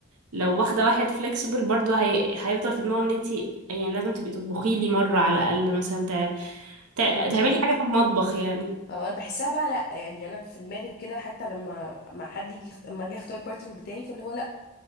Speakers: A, on the right; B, on the left.
A: لو واخده واحد فلكسبل برضه هي... هيفضل في دماغه ان انت يعني لازم تبقي تطبخي لي مره على الاقل مثلا تع... تع...
B: امم
A: تعملي حاجه في المطبخ يعني
B: اه انا بحسها بقى لا يعني انا في دماغي وكده حتى لما مع حد يجي يخت- لما اجي اختار البارتنر بتاعي فاللي هو لا